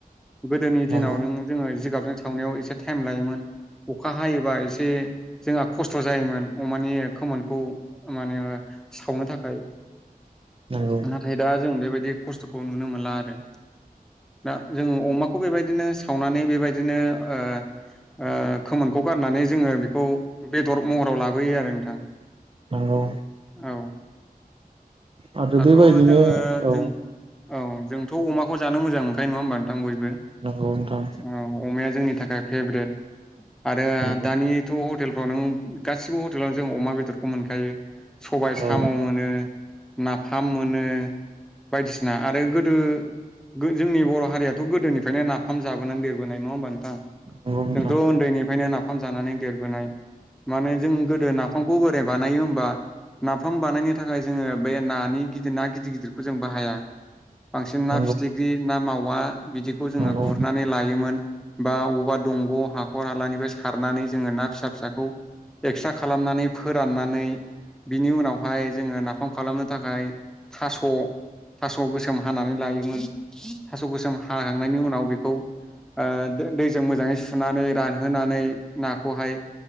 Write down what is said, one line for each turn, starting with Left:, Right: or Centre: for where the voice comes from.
Centre: गोदोनि
Right: नंगौ
Centre: दिनाव नों जोङो जिगाबजों थावनायाव एसे थाब थाइम लायोमोन अखा हायोबा एसे जोंहा खस्थ' जायोमोन अमानि खोमोन खौ माने सावनो थाखाय
Right: नंगौ
Centre: नाथाय दा जों बेबायदि खस्थ'खौ नुनो मोनला दा जों अमाखौ बेबायदिनो सावनानै बेबायदिनो अ अ खोमोनखौ गारनानै जोङो बेखौ बेदर महराव लाबोयो आरो नोंथां
Right: नंगौ
Centre: औ
Right: आरो
Centre: दाथ'
Right: बेबायदिनो
Centre: जोङो
Right: औ
Centre: जों औ जोंथ' अमाखौ जानो मोजां मोनखायो नङा होनबा नोंथां औ
Right: नंगौ नोंथां
Centre: अमाया जोंनि थाखाय फेबरेट आरो
Right: नंगौ
Centre: दानिथ' हटेल अ नों गासिबो हटेलाव जों अमा बेदर खौ मोनखायो सबाय साम'
Right: औ
Centre: मोनो नाफाम मोनो बायदिसिना आरो गोदो जोंनि बर' हारिया थ' गोदोनिफ्रायनो नाफाम जाबोनानै देरबोनाय नङा होमबा नोंथां
Right: नंगौ नोंथां
Centre: जोंथ' उन्दैनिफ्रायनो नाफाम जानानै देरबोनाय माने जों गोदो नाफामखौ बोरैय बानायो होमबा नाफाम बानायनो थाखाय जोङो बे नानि गिदिर ना गिदिर गिदिर खौ जों बाहाया बांसिन ना
Right: नंगौ
Centre: फिथिख्रि ना मावा बिदिखौ जोङो
Right: नंगौ
Centre: गुरनानै लायोमोन बा बबावबा दंग' हाखर हालानिफ्राय सारनानै जोङो ना फिसा फिसाखौ एक्सर्रा खालामनानै फोराननानै बिनि उनाव हाय जोङो ना फाम खालामनो थाखाय थास' थास' गोसोम हानानै लायोमोन। थास' गोसोम हाखांनायनि उनाव बेखौ ओ ओ दैज जों मोजाङै सुनानै रानहोनानै नाखौहाय